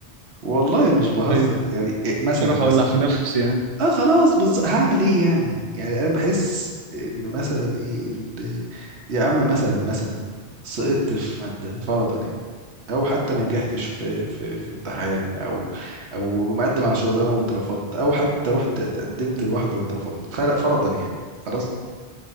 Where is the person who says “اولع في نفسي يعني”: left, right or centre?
Right